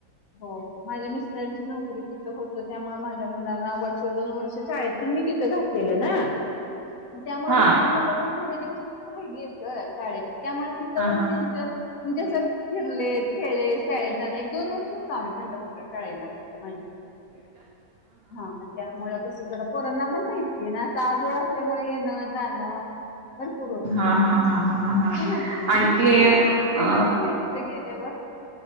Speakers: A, on the left (about 65°); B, on the right (about 80°).
A: हो हो माझ्या मिस्टरांची नोकरी तिथं होत त्यामुळे माझ्या मुलांना वर्ष दोन वर्ष शाळेतून मी तिथं घातलेलं ना. त्यामुळे
B: हा
A: माझी मुलं पण थोडे दिवस तर राहिली आहेत, ग शाळेेत. त्यामुळे तिथं
B: हा हा.
A: पण त्यांच म्हणजे अस फिरले खेळले शाळेत जाणे एक दोन वर्ष होत आम्ही पंढरपूर शाळेला तिथं हा त्या ड पोरांना पण माहितीय आहे ना आजोळ असल्यामुळे येणं जाणं भरपूर होत,
B: हा हा हा हा हा
A: खूप
B: आणखी
A: छान
B: अ
A: छान आहेत. गेलीस ना तिथं गेलीस त्या वर